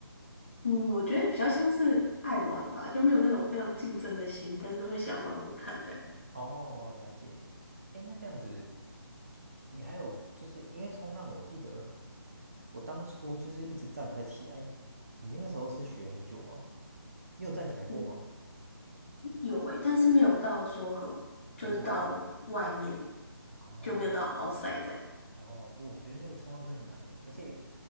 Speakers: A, on the left; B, on the right.
A: 嗯，我觉得比较像是爱玩吧，就没有那种非常竞争的心，但是会想玩玩看这样。
B: 哦，了解。诶，那这样子，你还有就是因为冲浪，我记得我当初就是一直站不太起来。你那个时候是学很久吗？你有站起来过吗？
A: 嗯，有诶，但是没有到说很，
B: 很稳。
A: 就是到外面
B: 哦
A: 就没有到 outside 这样。
B: 哦，我觉得那个冲浪真的很难呢，而且